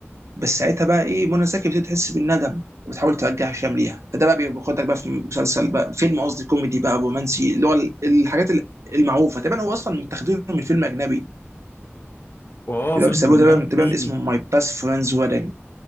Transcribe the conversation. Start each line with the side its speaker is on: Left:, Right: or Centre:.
Right: بس ساعتها بقى ايه منى زكي بتبتدي تحس بالندم وبتحاول ترجع هشام ليها فده بقى بياخدك بقى في مسلسل بقى فيلم قصدي كوميدي بقى رومانسي اللي هو ال- الحاجات ال- المعروفه تقريبا هو اصلا متاخدينه من فيلم اجنبي
Left: واه
Right: اللي
Left: فيلم
Right: هو بيسموه
Left: رومانسي
Right: تقريبا تقريبا اسمه ماي باست فريندز ويدنج